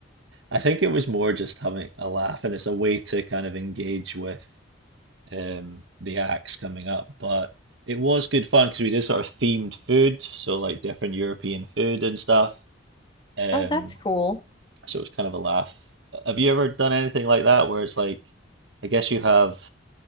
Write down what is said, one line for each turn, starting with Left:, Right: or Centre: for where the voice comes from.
Right: I think it was more just having a laugh, and it's a way to kind of engage with um, the acts coming up. But it was good fun because we did sort of themed food, so like different European food and stuff. Um,
Left: Oh, that's cool.
Right: so it was kind of a laugh. Uh, Have you ever done anything like that where it's like, I guess you have,